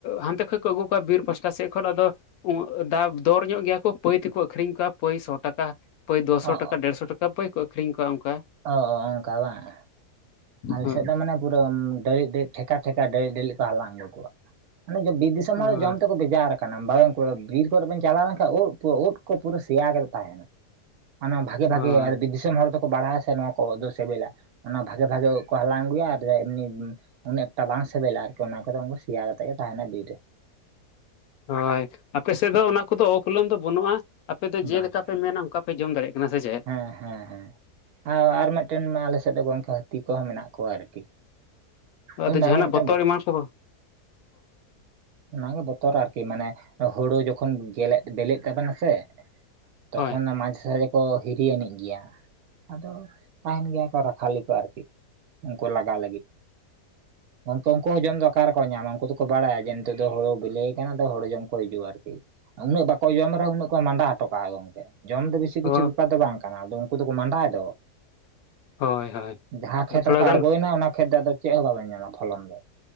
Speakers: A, on the left; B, on the right.
A: ᱦᱟᱱᱛᱮ ᱠᱷᱚᱱ ᱠᱚ ᱟᱹᱜᱩ ᱠᱚᱣᱟ ᱵᱤᱨ ᱯᱟᱥᱴᱟ ᱥᱮᱫ ᱠᱷᱚᱱ ᱟᱫᱚ ᱫᱟ ᱫᱚᱨ ᱧᱚᱜ ᱜᱮᱭᱟ ᱠᱚ ᱯᱟᱹᱭ ᱛᱮᱠᱚ ᱟᱹᱠᱷᱨᱤᱧ ᱠᱚᱣᱟ ᱯᱟᱹᱭ ᱥᱚ ᱴᱟᱠᱟ ᱯᱟᱹᱭ ᱫᱚᱥᱚ
B: ᱚ
A: ᱴᱟᱠᱟ ᱰᱮᱲᱥᱚ ᱴᱟᱠᱟ ᱯᱟᱹᱭ ᱠᱚ ᱟᱹᱠᱷᱨᱤᱧ ᱠᱚᱣᱟ ᱚᱱᱠᱟ
B: ᱚ ᱚᱱᱠᱟ ᱵᱟᱝ ᱟᱞᱮ
A: ᱦᱳᱭ
B: ᱥᱮᱫ ᱫᱚ ᱢᱟᱱᱮ ᱯᱩᱨᱟᱹ ᱰᱟᱹᱞᱤᱡ ᱰᱟᱹᱞᱤᱡ ᱴᱷᱮᱠᱟ ᱴᱷᱮᱠᱟ ᱰᱟᱹᱞᱤᱡ ᱰᱟᱹᱞᱤᱡ ᱠᱚ ᱦᱟᱞᱟᱝ ᱟᱹᱜᱩ ᱠᱚᱣᱟ ᱢᱟᱱᱮ ᱚᱱᱟ ᱫᱚ ᱥᱚᱢ
A: ᱦᱳᱭ
B: ᱦᱚᱲ ᱡᱚᱢ ᱛᱮᱠᱚ ᱵᱮᱡᱟᱨ ᱠᱟᱱᱟ ᱵᱮᱱ ᱵᱤᱨ ᱠᱚᱨᱮ ᱵᱮᱱ ᱪᱟᱞᱟᱣ ᱞᱮᱱᱠᱷᱟᱱ ᱩᱫ ᱩᱫ ᱠᱚ ᱯᱩᱨᱟᱹ ᱥᱮᱭᱟ ᱠᱟᱛᱮᱫ ᱛᱟᱦᱮᱱᱟ ᱚᱱᱟ ᱵᱷᱟᱜᱮ ᱵᱷᱟᱜᱮ
A: ᱦᱳᱭ
B: ᱵᱤᱨ ᱫᱤᱥᱚᱢ ᱦᱚᱲ ᱫᱚᱠᱚ ᱵᱟᱲᱟᱭᱟ ᱥᱮ ᱱᱚᱣᱟ ᱠᱚ‌ᱳᱫ ᱫᱚ ᱥᱤᱵᱤᱞᱟ ᱚᱱᱟ ᱵᱷᱟᱜᱮ ᱵᱷᱟᱜᱮ ᱠᱮ ᱠᱚ ᱦᱟᱞᱟᱝ ᱟᱹᱜᱩᱭᱟ ᱮᱢᱱᱤ ᱩᱱᱟᱹ ᱮᱠᱴᱟ ᱵᱟᱝ ᱥᱤᱵᱮᱞᱟ ᱟᱨᱠᱤ ᱚᱱᱟ ᱠᱚᱫᱚ ᱩᱱᱠᱩ ᱥᱮᱭᱟ ᱠᱟᱛᱮᱜ ᱜᱮ ᱛᱟᱦᱮᱱᱟ ᱵᱤᱨ ᱨᱮ
A: ᱦᱳᱭ ᱟᱯᱮ ᱥᱮᱫ ᱫᱚ ᱚᱱᱟ ᱠᱚᱫᱚ ᱚᱠᱩᱞᱟ. ᱱ ᱫᱚ ᱵᱟᱹᱱᱩᱜᱼᱟ ᱟᱯᱮ ᱫᱚ ᱡᱮ
B: ᱵᱟᱝ
A: ᱞᱮᱠᱟ
B: ᱵᱟᱝ
A: ᱯᱮ ᱢᱮᱱᱟ ᱚᱱᱠᱟ ᱯᱮ ᱡᱚᱢ ᱫᱟᱲᱮᱭᱟᱜ ᱠᱟᱱᱟ ᱥᱮ ᱪᱮᱫ
B: ᱦᱮᱸ ᱦᱮᱸ ᱟᱨ ᱢᱤᱫᱴᱮᱱ ᱟᱞᱮᱥᱮᱫ ᱫᱚ ᱜᱚᱝᱠᱮ ᱦᱟᱹᱛᱤ ᱠᱚᱦᱚᱸ ᱢᱮᱱᱟᱜ ᱠᱚᱣᱟ ᱟᱨᱠᱤ
A: ᱟᱫᱚ
B: ᱚᱱᱟᱜᱮ
A: ᱡᱟᱦᱟᱸᱱᱟᱜ
B: ᱢᱤᱫᱴᱮᱱ
A: ᱵᱚᱛᱚᱨ ᱮᱢᱟᱱ ᱠᱚ ᱦᱳᱭ
B: ᱚᱱᱟᱜᱮ ᱵᱚᱛᱚᱨ ᱟᱨᱠᱤ ᱢᱟᱱᱮ ᱦᱳᱲᱳ ᱡᱚᱠᱷᱚᱱ ᱜᱮᱞᱮ ᱵᱮᱞᱮᱫ ᱛᱟᱵᱮᱱᱟ ᱥᱮ ᱛᱚᱠᱷᱚᱱ
A: ᱦᱳᱭ
B: ᱫᱚ ᱢᱟᱡᱷᱮ ᱥᱟᱡᱷᱮ ᱠᱚ ᱦᱤᱨᱤ ᱟᱹᱱᱤᱡ ᱜᱮᱭᱟ᱾ ᱟᱫᱚ ᱛᱟᱦᱮᱱ ᱜᱮᱭᱟ ᱠᱚ ᱨᱟᱠᱷᱟᱞᱤ ᱠᱚ ᱟᱨᱠᱤ ᱩᱱᱠᱩ ᱞᱟᱜᱟ ᱞᱟᱹᱜᱤᱫ ᱩᱱᱠᱩ ᱩᱱᱠᱩ ᱦᱚᱸ ᱡᱚᱢ ᱫᱚ ᱚᱠᱟ ᱨᱮᱠᱚ ᱧᱟᱢᱟ ᱩᱱᱠᱩ ᱫᱚᱠᱚ ᱵᱟᱲᱟᱭᱟ ᱡᱮ ᱱᱤᱛᱳᱜ ᱫᱚ ᱦᱩᱲᱩ ᱵᱮᱞᱮ ᱠᱟᱱᱟ ᱦᱩᱲᱩ ᱡᱚᱢ ᱠᱚ ᱦᱤᱡᱩᱜ-ᱟ ᱟᱨᱠᱤ ᱩᱱᱟᱹᱜ ᱵᱟᱠᱚ ᱡᱚᱢ ᱨᱮᱦᱚᱸ ᱩᱱᱟᱹᱜ ᱠᱚ ᱢᱟᱸᱰᱟ ᱦᱚᱴᱚ ᱠᱟᱜ-ᱟ ᱜᱚᱢᱠᱮ ᱡᱚᱢ ᱫᱚ ᱵᱮᱥᱤ ᱪᱮᱫ
A: ᱦᱳᱭ
B: ᱠᱤᱪᱷᱩ ᱵᱮᱯᱟᱨ ᱫᱚ ᱵᱟᱝ ᱠᱟᱱᱟ ᱟᱫᱚ ᱩᱱᱠᱩ ᱫᱚᱠᱚ ᱢᱟᱸᱰᱟᱭ ᱫᱚ
A: ᱦᱳᱭ ᱦᱳᱭ
B: ᱡᱟᱦᱟᱸ
A: ᱟᱫᱚ
B: ᱠᱷᱮᱛ
A: ᱛᱷᱚᱲᱟ
B: ᱨᱮᱠᱚ ᱟᱬᱜᱚᱭᱮᱱᱟ
A: ᱜᱟᱱ
B: ᱚᱱᱟ ᱠᱷᱮᱛ ᱨᱮᱫᱚ ᱪᱮᱫ ᱦᱚᱸ ᱵᱟᱵᱮᱱ ᱧᱟᱢᱟ ᱯᱷᱚᱞᱚᱱ ᱫᱚ